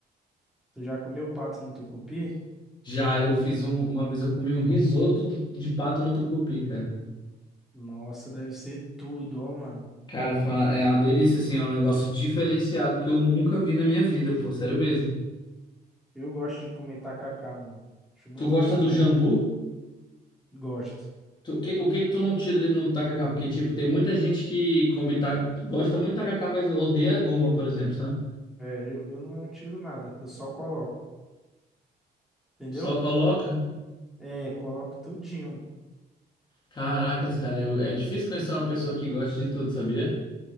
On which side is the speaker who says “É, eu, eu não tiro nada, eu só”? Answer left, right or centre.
Centre